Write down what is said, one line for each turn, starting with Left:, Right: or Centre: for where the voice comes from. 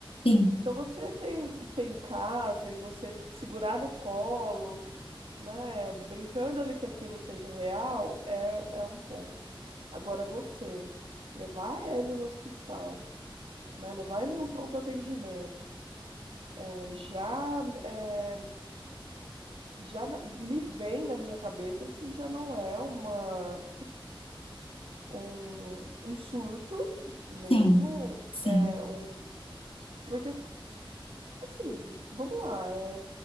Left: Sim,
Right: Então você tem, tem em casa e você segurar no colo, né? Brincando ali que aquilo seja real, é, é um ponto. Agora você levar ele no hospital, né? Levar ele num pronto atendimento, é, já é, já na- me vem na minha cabeça se já não é uma um, um surto mesmo,
Left: sim, sim.
Right: é um porque assim, vamos lá. é